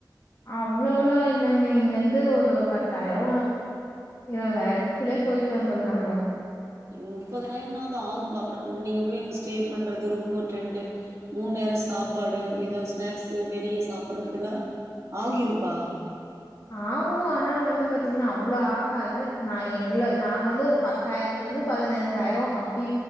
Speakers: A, on the left; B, on the right.
A: அவ்ளோலா இல்லங்க இங்கெந்து ஒரு பத்தாயிரொ இரவதாயிரத்குள்ளே போய்ட்டு வந்துல்லாங்க
B: முப்பதனாயிரனாவ்து ஆகும்ப்பா அப்பற நீங்க போய் இங்க ஸ்டேபண்றது ரூம்போட்டுண்டு மூண்நேர சாப்பாடு எதோ ஸ்நாக்ஸ்ஸு வெளிய சாப்புட்றதுல்ல ஆகிருப்பா
A: ஆகு ஆனா வந்து பத்தீங்ன்னா அவ்ள ஆஹாது நா எங்கள நாங்க வந்து ஒரு பத்தாயிர்த் லந்து பதினெஞ்சாயிர அப்பி